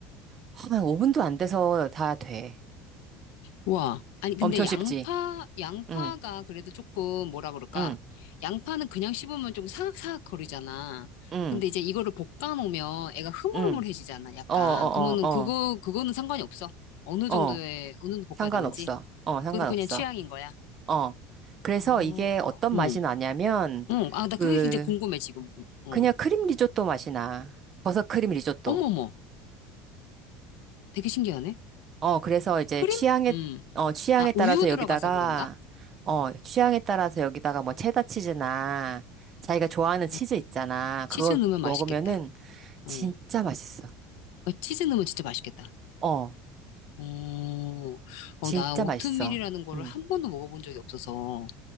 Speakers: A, on the right; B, on the left.
A: 한 5분도 안 돼서 다 돼.
B: 와. 아니, 근데
A: 엄청 쉽지?
B: 양파, 양파가
A: 응,
B: 그래도 조금 뭐라 그럴까.
A: 응,
B: 양파는 그냥 씹으면 좀 사각사각 거리잖아.
A: 응,
B: 근데 이제 이거를 볶아 놓으면 애가 흐물흐물해지잖아,
A: 응.
B: 약간.
A: 어, 어,
B: 그러면은
A: 어,
B: 그거, 그거는 상관이 없어. 어느
A: 어,
B: 정도의,
A: 어.
B: 어느 정도
A: 상관없어.
B: 볶아야 되는지.
A: 어, 상관없어.
B: 그것도 그냥 취향인 거야.
A: 어. 그래서
B: 어,
A: 이게 어떤
B: 응,
A: 맛이 나냐면,
B: 응. 아, 나 그게
A: 그,
B: 진짜 궁금해, 지금. 어.
A: 그냥 크림 리조또 맛이 나. 버섯 크림 리조또.
B: 어머머. 되게 신기하네.
A: 어, 그래서 이제
B: 크림?
A: 취향에,
B: 음.
A: 어, 취향에
B: 아,
A: 따라서
B: 우유 들어가서
A: 여기다가,
B: 그런가?
A: 어, 취향에 따라서 여기다가 뭐 체다 치즈나, 자기가 좋아하는 치즈
B: 어,
A: 있잖아.
B: 치즈
A: 그거
B: 넣으면
A: 먹으면은
B: 맛있겠다. 어.
A: 진짜 맛있어.
B: 어, 치즈 넣으면 진짜 맛있겠다.
A: 어,
B: 어, 어,
A: 진짜
B: 나 오트밀이라는
A: 맛있어.
B: 거를
A: 음.
B: 한 번도 먹어본 적이 없어서.